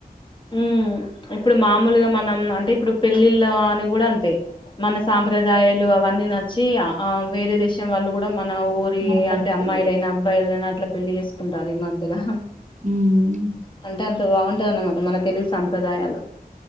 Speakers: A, on the left (about 30°); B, on the right (about 50°).
A: ఉమ్ ఇప్పుడు మామూలుగా మనం అంటే ఇప్పుడు పెళ్ళిళ్ళ అని కూడా అంతే మన సాంప్రదాయాలు వన్నీ నచ్చి ఆ వేరే దేశం వాళ్ళు కూడా మన ఊరి
B: మన పద్ధతులు
A: అంటే అమ్మాయిలయినా అబ్బాయిలనా అట్లా పెళ్లి చేసుకుంటారు ఈ మధ్యలో
B: ఉమ్
A: అంటే బాగుంటుది అన్నమాట మన తెలుగు సాంప్రదాయాలు